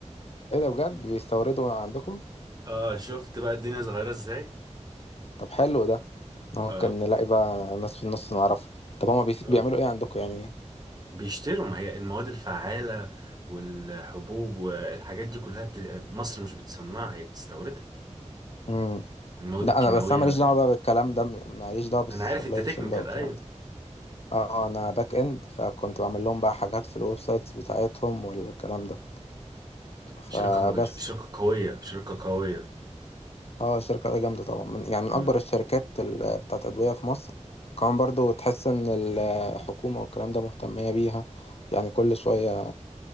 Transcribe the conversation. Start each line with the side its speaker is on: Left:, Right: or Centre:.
Left: إيه ده بجد بيستوردوا من عندكم؟
Right: اه شفت بقى الدنيا صغيرة ازاي
Left: طب حلو ده اه
Right: اه
Left: كان نلاقي بقى ناس في النص نعرفها طب هما بي...
Right: آه.
Left: بيعملوا ايه عندكم يعني
Right: بيشتروا ما هي المواد الفعالة والحبوب والحاجات دي كلها بت... مصر مش بتصنعها هي بتستوردها
Left: امم
Right: المواد
Left: لا
Right: الكيماوية
Left: انا بس انا ماليش
Right: والحاجات
Left: دعوه بقى
Right: دي
Left: بالكلام ده م- ماليش دعوه بالسبلاي
Right: أنا عارف أنت تكنيكال
Left: تشين بقى والكلام
Right: أيوه
Left: ده اه انا باك اند فكنت بعمل لهم بقى حاجات في الويب سايتس بتاعتهم والكلام ده فبس
Right: شركة شركة قوية شركة قوية
Left: اه الشركه دي جامده طبعا من يعني من
Right: اه
Left: اكبر الشركات ال- بتاعت ادويه في مصر وكمان برضو تحس ان الحكومه والكلام ده مهتميه بيها يعني كل شويه